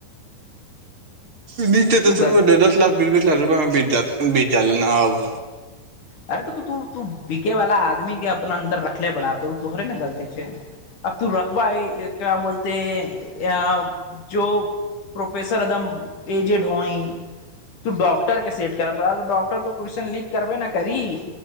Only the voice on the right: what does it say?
निट के कोइशचाऽ
ती दश ला बीसीस लख रुपआमे बीत जात <unintelligible> भी चलना आब